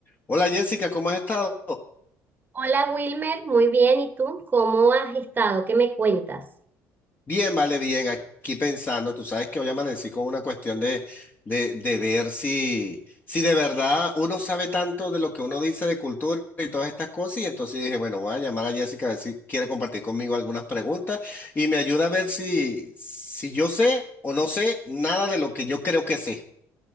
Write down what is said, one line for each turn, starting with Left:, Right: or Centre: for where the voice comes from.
Left: Hola Jessica, ¿cómo has estado?
Right: Hola Wilmer, muy bien. ¿Y tú? ¿Cómo has estado? ¿Qué me cuentas?
Left: Bien, vale, bien. Aquí pensando, tú sabes que hoy amanecí con una cuestión de, de, de ver si, si de verdad uno sabe tanto de lo que uno dice de cultura y todas estas cosas. Y entonces dije, bueno, voy a llamar a Jessica a ver si quiere compartir conmigo algunas preguntas y me ayuda a ver si, si yo sé o no sé nada de lo que yo creo que sé.